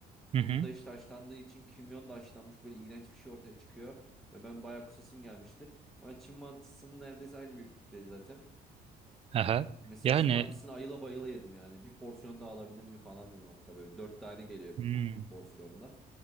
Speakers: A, in the centre; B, on the right (about 35°).
A: Bunda
B: Hı hı.
A: işte haşlandığı için kimyon da haşlanmış böyle iğrenç bir şey ortaya çıkıyor. Ve ben bayağı kusasım gelmişti. Ama Çin mantısının neredeyse aynı büyüklükte zaten.
B: Aha.
A: Mesela
B: Yani
A: Çin mantısını ayıla bayıla yedim yani. Bir porsiyon daha alabilir miyim falan dedim hatta. Böyle dört tane geliyor bir,
B: hmm,
A: bir porsiyonda.